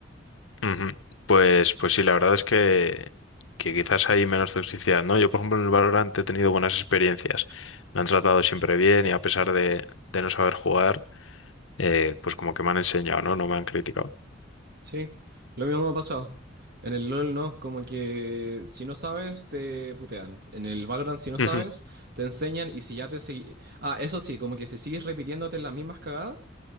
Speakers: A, on the left (about 85°); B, on the right (about 55°).
A: Ujú. Pues, pues sí, la verdad es que, que quizás hay menos toxicidad, ¿no? Yo, por ejemplo, en el Valorant he tenido buenas experiencias. Me han tratado siempre bien y a pesar de, de no saber jugar, eh, pues como que me han enseñado, ¿no? No me han criticado.
B: Sí, lo mismo me ha pasado. En el LOL no, como que si no sabes te putean. En el Valorant si no sabes
A: Ujú.
B: te enseñan y si ya te seguí... Ah, eso sí, como que si sigues repitiéndote las mismas cagadas